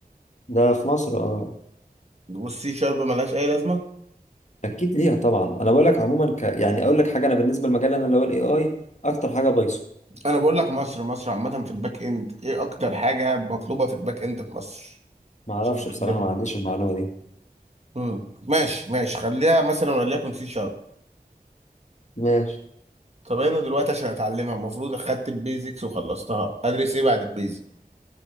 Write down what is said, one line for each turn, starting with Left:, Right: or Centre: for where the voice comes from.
Left: ده في مصر اه
Right: والسي شارب ملهاش اي لازمه
Left: اكيد ليها طبعا انا بقول لك عموما ك... يعني اقول لك حاجه انا بالنسبه لمجال انا اللي هو الاي اي اكتر حاجه بايثون
Right: انا بقول لك مصر مصر عامه في الباك اند ايه اكتر حاجه مطلوبه في الباك اند في مصر
Left: ما اعرفش
Right: عشان اتعلمها
Left: بصراحه ما عنديش المعلومه دي
Right: مم. ماشي ماشي خليها مثلا وليكن سي شارب
Left: ماشي
Right: طب انا دلوقتي عشان اتعلمها المفروض اخدت البيزكس وخلصتها ادرس ايه بعد البيزكس